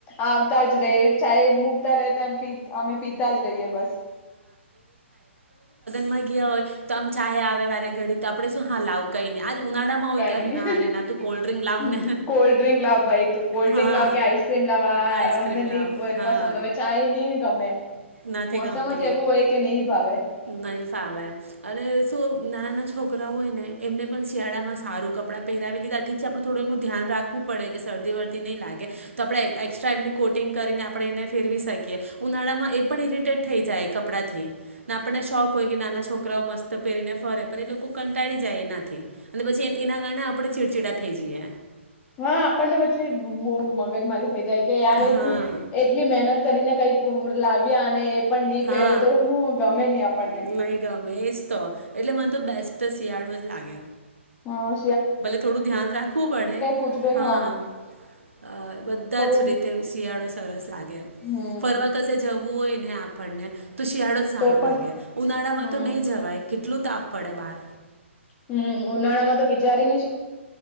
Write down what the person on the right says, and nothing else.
મા ગીયા હોય તો આમ ચાય આવે વારે ઘડી તો આપડે શું હા લાવ કઈની આજ ઉનાળામાં હોય
તો અરે
ના
અરે ના તું કોલ્ડ્રિંક લાવ ને
હા
આઈસક્રીમ
લાવો હા
નથી
ગમતી
નહી ફાવે અને શું નાના છો છોકરા હોય ને એમને પણ શિયાળામાં સારું કપડાં પહેરાવી લીધા ઠીક છે આપણુ થોડું એમનું ધ્યાન રાખવું પડે કે શરદી વરદી ઠંડી ની લાગે તો આપણે એક્સ્ટ્રા એમની કોટિંગ કરીને આપણે એને ફેરવી શકીએ ઉનાળામાં એ એ પણ ઇરિટેટ થઈ જાય કપડાંથી. ના આપણને શોખ હોય કે નાના છોક છકરાઓ મસ્ત પહેરીને ફરે પણ એ લોકો કંટાળી જાય એનાથી. અને પછી એ નાના કારણે આપણે ચીડચિડા થ જએ.
હા
હા
નહીં ગમે તો એટલે મને તો બેસ્ટ શિયાળો જ લાગે
ભલે થોડું ધ્યાન રાખવું પડે,
હા બધા
જ રીતે શિયાળો સરસ લાગે,
ફરવા કશે જવું હોય ને આપણને, તો શિયાળો જ સારો
લાગે ઉનાળામાં
તો ની જવાય કેટલું તાપ પડે બાર